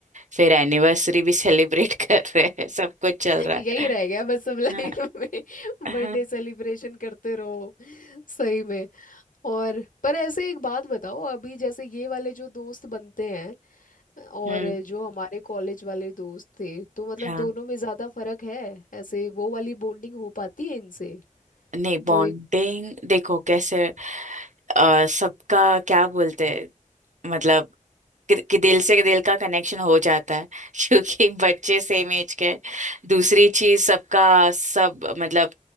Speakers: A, on the right (about 65°); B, on the left (about 80°).
A: फिर एनिवर्सरी भी सेलिब्रेट <laughs> कर रहे हैं सब कुछ चल रहा
B: यही
A: है
B: रह गया बस अब लाइफ
A: हाँ,
B: <laughs> में
A: हाँ,
B: बर्थडे सेलिब्रेशन करते रहो सही में और पर ऐसे एक बात बताओ अभी जैसे ये वाले जो दोस्त बनते हैं और
A: हम्म
B: जो हमारे कॉलेज वाले दोस्त थे तो मतलब
A: हाँ
B: दोनों में ज्यादा फर्क है ऐसे वो वाली बॉन्डिंग हो पाती है इनसे
A: नहीं
B: जो
A: बॉन्डिंग
B: एक
A: देखो कैसे अ, सबका क्या बोलते हैं मतलब कि कि दिल से दिल का कनेक्शन हो जाता है <laughs> क्योंकि बच्चे सेम एज के हैं। दूसरी चीज सबका सब मतलब